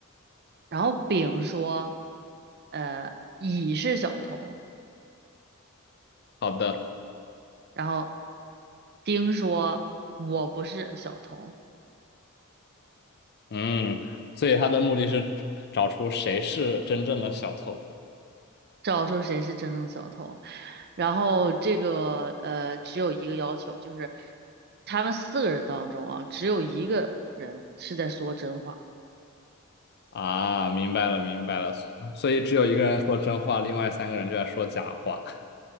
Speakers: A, on the right; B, on the left.
A: 然后丙说，呃，乙是小偷，
B: 好的，
A: 然后丁说我不是小偷，
B: 嗯，所以他的目的是找出谁是真正的小偷
A: 找出谁是真正的小偷。然后这个呃，只有一个要求，就是他们四个人当中啊，只有一个人是在说真话。
B: 啊，明白了，明白了。所以只有一个人说真话，另外三个人就在说假话。<laughs>